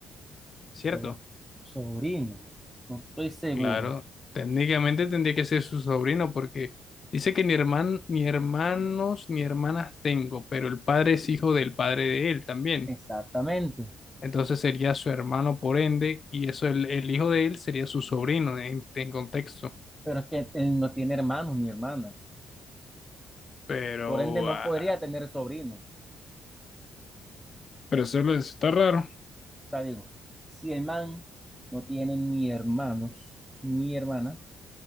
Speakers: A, on the left (about 45°); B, in the centre.
A: ¿cierto?
B: So- sobrino. No estoy seguro.
A: Claro, técnicamente tendría que ser su sobrino porque dice que ni herman, ni hermanos ni hermanas tengo, pero el padre es hijo del padre de él también.
B: Exactamente.
A: Entonces sería su hermano por ende, y eso el, el hijo de él sería su sobrino en, en contexto.
B: pero es que él no tiene hermanos ni hermanas,
A: pero,
B: por ende no
A: ah,
B: podría tener sobrino.
A: pero solo es- está raro.
B: O sea, digo, si el man no tiene ni hermanos ni hermanas,